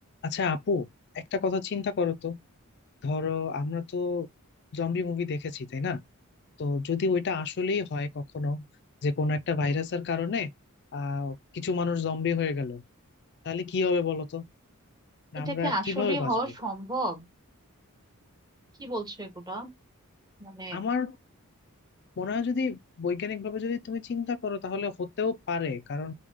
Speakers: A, on the left; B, on the right.
A: আচ্ছা আপু একটা কথা চিন্তা করো তো ধরো আমরা তো জম্বি মুভি দেখেছি তাই না তো যদি ওইটা আসলেই হয় কখনো যে কোনো একটা ভাইরাসের কারণে আহ কিছু মানুষ জম্বি হয়ে গেল তাহলে কি হবে বলো তো
B: এটা
A: আমরা
B: কি আসলেই
A: কিভাবে বাঁচবো
B: হওয়া সম্ভব কি বলছো এগুলা মানে
A: আমার মনে হয় যদি বৈজ্ঞানিক ভাবে যদি তুমি চিন্তা করো তাহলে হতেও পারে কারণ